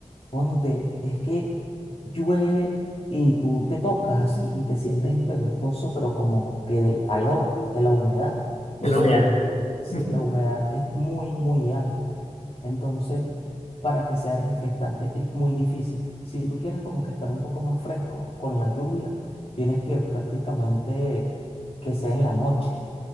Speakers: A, on the left (about 50°); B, on the left (about 65°).
A: Ponte, es que llueve y tú te tocas así y te sientes pegostoso, pero como que de calor, de la humedad.
B: en
A: O
B: la
A: sea,
B: humedad.
A: la- sí,
B: Ujú,
A: la humedad es muy, muy alta. Entonces, para que sea refrescante es muy difícil. Si tú quieres como que estar un poco más fresco con la lluvia, tienes que prácticamente que sea en la noche